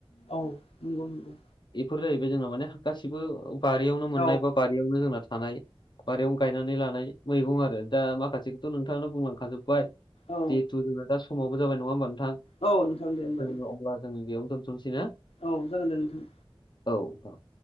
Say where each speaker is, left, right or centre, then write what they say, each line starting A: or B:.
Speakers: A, on the left (about 80°); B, on the left (about 50°).
A: औ नंगौ नंगौ।
B: बेफोर जाहैबाय जोंना माने गासिबो बारियावनो मोननाय
A: औ
B: बा बारियावनो जोंना थानाय बारियावनो गायनानै लानाय मैगं आरो दा माखासेखौथ' नोंथाङा बुंलांखाजोबबाय।
A: औ
B: जिहेथु जोंना दा समावबो जाबाय नङा होमबा नोंथां
A: औ नोंथां दे होमबा
B: जों
A: दे
B: अब्ला जों बेयावनो दोनथ'नोसैना?
A: औ जागोन दे नोंथां।
B: औ जागोन।